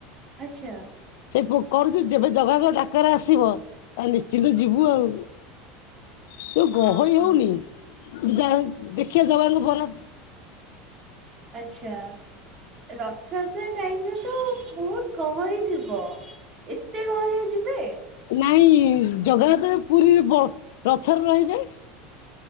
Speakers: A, on the right; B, on the left.
A: ଆଛା।
B: ସେ କରୁଛୁ ଯେବେ ଜଗାକ ଡାକରା ଆସିବ ତା ନିଶ୍ଚିନ୍ତ ଯିବୁ ଆଉ ଯଉ ଗହଳି
A: ଓହୋ।
B: ହଉନି ଯାହା ଦେଖିବା ଜଗାଙ୍କ ବରାଦ
A: ଆଛା ରଥଯାତ୍ରା ଟାଇମରେ ତ ବହୁତ ଗହଳି ଥିବ ଏତେ ଗହଳି ରେ ଯିବେ
B: ନାଇଁ ଜଗନ୍ନାଥ ପୁରୀରେ ରଥରେ ରହିବେ